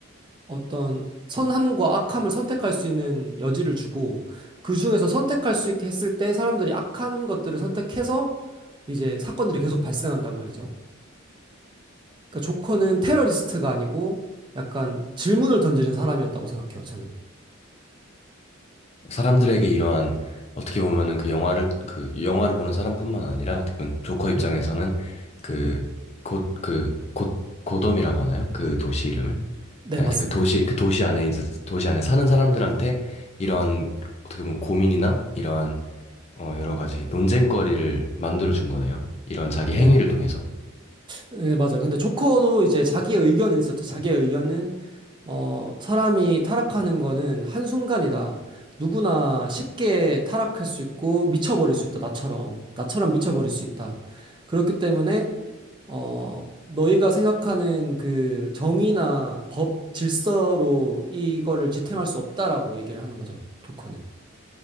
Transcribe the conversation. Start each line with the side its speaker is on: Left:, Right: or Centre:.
Right: 어떤 선함과 악함을 선택할 수 있는 여지를 주고 그 중에서 선택할 수 있게 했을 때 사람들이 악한 것들을 선택해서 이제 사건들이 계속 발생한단 말이죠. 그러니까 조커는 테러리스트가 아니고 약간 질문을 던지는 사람이었다고 생각해요, 저는.
Left: 사람들에게 이러한 어떻게 보면은 그 영화를 그 영화를 보는 사람뿐만 아니라 어떻게 보면 조커 입장에서는
Right: 음,
Left: 그
Right: 음.
Left: 곧 그 곧 고덤이라고 하나요? 그 도시 이름을?
Right: 네,
Left: 하여튼
Right: 맞습니다.
Left: 그 도시, 그 도시 안에 이제 도시 안에 사는 사람들한테 이러한 어떻게 보면 고민이나 이러한 어, 여러 가지 논쟁거리를 만들어 준 거네요. 이런 자기
Right: 네,
Left: 행위를 통해서.
Right: 네, 맞아요. 근데 조커도 이제 자기의 의견은 있었죠. 자기의 의견은, 어, 사람이 타락하는 거는 한순간이다. 누구나 쉽게 타락할 수 있고 미쳐버릴 수 있다. 나처럼. 나처럼 미쳐버릴 수 있다. 그렇기 때문에, 어, 너희가 생각하는 그 정의나 법, 질서로 이거를 지탱할 수 없다라고 얘기를 하는 거죠. 조커는.